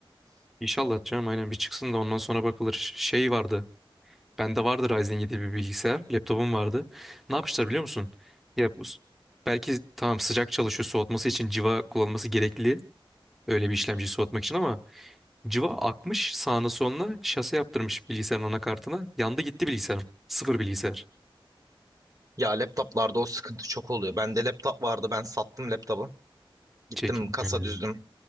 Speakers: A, in the centre; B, on the right.
A: İnşallah canım aynen bir çıksın da ondan sonra bakılır. Şey vardı. Bende vardı Ryzen 7 bir bilgisayar. Laptopum vardı. Ne yapmışlar biliyor musun? Ya bu belki tamam sıcak çalışıyor soğutması için civa kullanılması gerekli. Öyle bir işlemciyi soğutmak için ama civa akmış sağına soluna şase yaptırmış bilgisayarın anakartına. Yandı gitti bilgisayarım. Sıfır bilgisayar.
B: Ya laptoplarda o sıkıntı çok oluyor. Bende laptop vardı ben sattım laptopu. Gittim
A: Çekilmiyor.
B: kasa düzdüm.